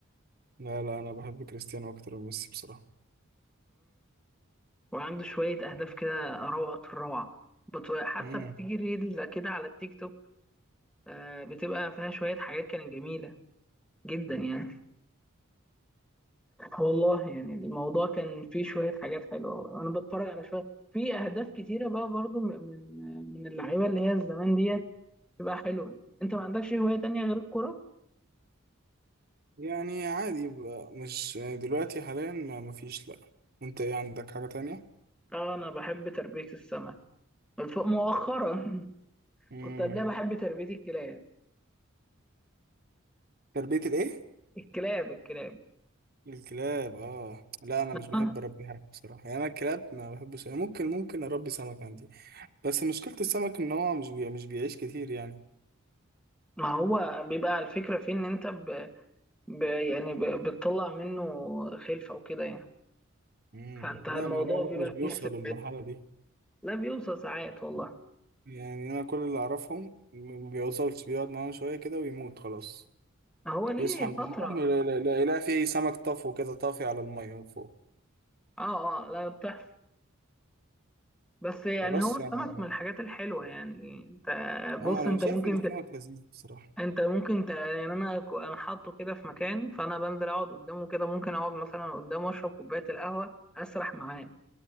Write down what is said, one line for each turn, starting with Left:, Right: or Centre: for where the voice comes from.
Right: لا لا انا بحب كريستيانو اكتر من ميسي بصراحة
Centre: وعنده شوية أهداف كده روعة في الروعة بت- حتى
Right: امم
Centre: بتيجي ريل كده على التيك توك آه، بتبقى فيها شوية حاجات كانت جميلة جدا يعني والله يعني الموضوع كان فيه شوية حاجات حلوة أنا بتفرج على شوية في أهداف كتيرة بقى برضو من من من اللعيبة اللي هي الزمان ديت بتبقى حلوة أنت ما عندكش هواية تانية غير الكرة؟
Right: يعني عادي يبقى مش يعني دلوقتي حاليا ما مفيش لا انت ايه عندك حاجة تانية
Centre: آه أنا بحب تربية السمك الف- مؤخرا <laughs>
Right: امم
Centre: كنت قبلها بحب تربية الكلاب
Right: تربية الايه
Centre: الكلاب الكلاب
Right: الكلاب اه لا انا مش بحب
Centre: آه،
Right: اربي حاجة بصراحة يعني انا الكلاب ما بحبش يعني. ممكن ممكن اربي سمك عندي بس مشكلة السمك ان هو مش بي... مش بيعيش كتير يعني
Centre: ما هو بيبقى الفكرة في إن أنت ب... ب- يعني ب- بتطلع منه خلفة وكده يعني
Right: مم.
Centre: فانت
Right: لا
Centre: الموضوع
Right: ما هو
Centre: بيبقى
Right: بقى مش بيوصل
Centre: فيه استف...
Right: للمرحلة دي
Centre: لا بيوصل ساعات والله
Right: يعني أنا كل اللي أعرفهم ما بيوصلش بيقعد معاهم شوية كده ويموت خلاص
Centre: هو ليه
Right: يصحى من
Centre: فترة
Right: النوم يلاقي يلاقي- يلاقي فيه سمك طفو كده طافي على المية من فوق
Centre: اه اه لا بتحصل بس يعني
Right: فبس
Centre: هو السمك
Right: يعني
Centre: من الحاجات الحلوة يعني انت
Right: اه
Centre: بص
Right: أنا
Centre: انت
Right: شايف
Centre: ممكن
Right: إن السمك
Centre: ت...
Right: لذيذ بصراحة
Centre: انت ممكن ت... يعني انا ك- انا حاطه كده في مكان فانا بنزل اقعد قدامه كده ممكن اقعد مثلا قدامه اشرب كوباية القهوة اسرح معاه